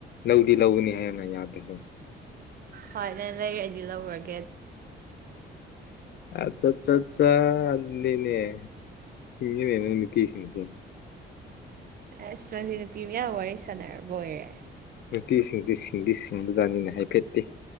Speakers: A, on the left (about 55°); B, on the right (about 50°).
A: ꯂꯧꯗꯤ ꯂꯧꯅꯤ ꯍꯥꯏꯌꯦꯅ ꯌꯥꯗ꯭ꯔꯁꯨ
B: ꯍꯅꯦ ꯂꯩ ꯔꯦꯗꯤ ꯂꯔꯒꯦ
A: ꯑꯆꯥꯠ ꯑꯠꯆꯥꯅꯤꯅꯦ ꯁꯤꯁꯤꯡꯅꯦꯅ ꯎꯅꯤꯄꯤꯁꯤꯅꯁꯦ
B: ꯑꯁ ꯅꯪꯁꯤ ꯅꯨꯄꯤ ꯃꯌꯥꯝ ꯋꯥꯔꯤ ꯁꯥꯟꯅꯔꯕ ꯑꯣꯏꯔꯦ
A: ꯅꯨꯄꯤꯁꯤꯡꯁꯤ ꯁꯤꯡꯗꯤ ꯁꯤꯡꯕꯖꯥꯠꯅꯤꯅ ꯍꯥꯏꯐꯦꯠꯇꯦ